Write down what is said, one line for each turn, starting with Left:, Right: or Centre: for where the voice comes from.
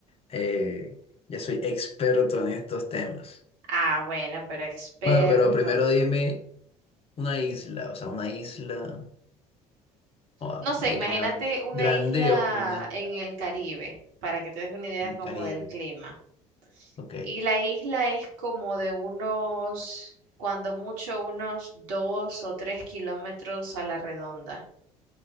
Left: eh, ya soy experto en estos temas.
Right: Ah, bueno, pero experto.
Left: Bueno, pero primero dime una isla, o sea, una isla, o
Right: No
Left: una
Right: sé, imagínate
Left: isla
Right: una
Left: grande
Right: isla
Left: o una isla
Right: en el Caribe, para que te des una idea
Left: en el
Right: como
Left: Caribe.
Right: del clima.
Left: Ok,
Right: Y la isla es como de unos, cuando mucho, unos dos o tres kilómetros a la redonda.